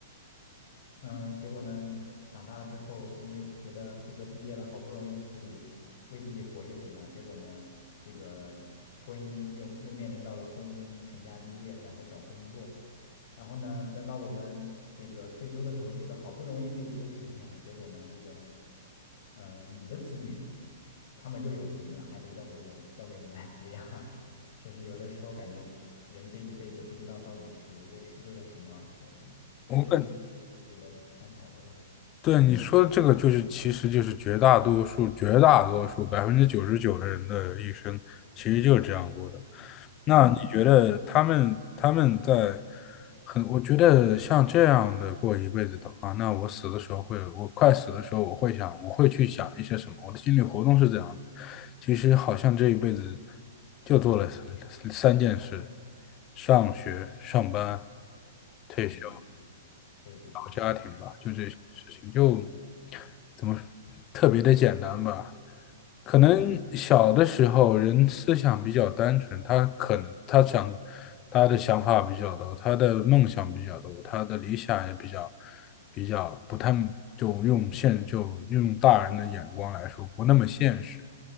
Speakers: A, on the left; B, on the left.
A: 候，嗯，结果呢，你长大了之后，你又觉得这个毕业了，好不容易可以为自己活一回了，结果呢，这个婚姻又又面临到了婚姻、成家立业，然后找工作，然后呢，等到我们这个退休的时候，觉得好不容易可以休息一下了，结果呢，这个嗯，你的子女，他们又有子女了，还得交给我，交给你来抚养。<laughs> 确实，有的时候感觉人这一辈子不知道到底是为是为了什么而活着，这确实是一个值得探讨的问题。
B: <laughs> 我们。对你说的这个，
A: 嗯
B: 就是其实就是绝大多数、绝大多数百分之九十九的人的一生，其实就是这样过的。那你觉得他们他们在
A: 嗯
B: 很，我觉得像这样的过一辈子的话，那我死的时候会，我快死的时候，我会想，我会去想一些什么？我的心理活动是这样的。其实好像这一辈子就做了三三件事：上学、上班、退休。
A: 嗯，对对对，
B: 搞家庭吧，
A: <laughs> 是
B: 就这些事情，就
A: 的
B: 怎么特别的简单吧。可能小的时候人思想比较单纯，
A: 嗯
B: 他可能他想他的想法比较多，他的梦想比较多，他的理想也比较比较不太就用现就用大人的眼光来说不那么现实，